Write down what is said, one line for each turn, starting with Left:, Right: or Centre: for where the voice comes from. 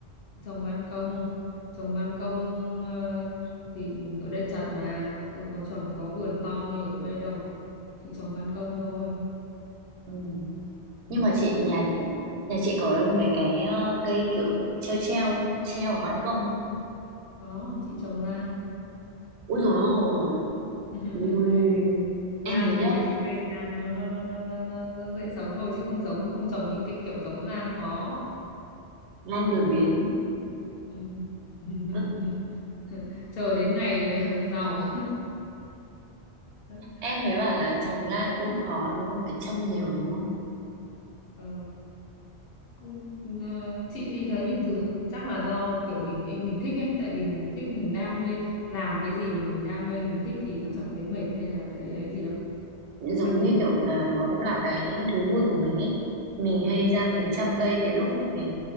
Left: trồng ban công trồng ban công ờ, thì ở đây chật mà đâu có trồng có vườn to như ở quê đâu chị trồng ban công thôi
Right: Ừ. Nhưng
Left: ừ,
Right: mà chị
Left: xong rồi
Right: nhà
Left: là
Right: nhà chị có mấy cái ờ, cây kiểu treo treo treo ở ban công ấy.
Left: có chị trồng lan
Right: Ui dồi ôi
Left: <laughs>
Right: ui
Left: lan
Right: em thấy
Left: nhưng
Right: nhá
Left: mấy cái cây lan nó nó nó nó nó nó, nó dễ sống thôi chứ không giống không trồng những cái kiểu giống lan khó
Right: lan đột biến
Left: ừ. <laughs>
Right: Ơ,
Left: chờ đến ngày <laughs> giàu <laughs>
Right: em thấy bảo
Left: Ừ.
Right: là trồng lan cũng khó đúng không phải chăm nhiều đúng không
Left: ờ. Ờ, chị thì thấy bình thường chắc là do kiểu mình ý- mình thích ấy tại vì mình thích mình đam mê làm cái gì mà mình đam mê mình thích thì nó chẳng thấy mệt hay là thấy ấy gì đâu
Right: giống
Left: khó khăn
Right: như
Left: gì đâu
Right: kiểu là nó cũng là cái thú vui của mình ấy mình hay
Left: ừ.
Right: ra mình chăm cây cái lúc mà mình